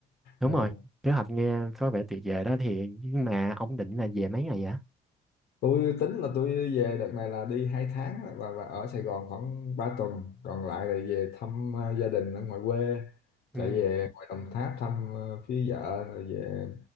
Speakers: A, in the centre; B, on the left.
A: đúng
B: <laughs>
A: rồi kế hoạch nghe có vẻ tuyệt vời đó thì nhưng mà ông định là về mấy ngày vậy
B: tôi tính là tôi về đợt này là đi hai tháng á, và, và ở Sài Gòn khoảng ba tuần còn lại là về thăm ờ, gia đình ở ngoài quê
A: ừ
B: chạy về ngoài Đồng Tháp thăm ờ, phía vợ rồi về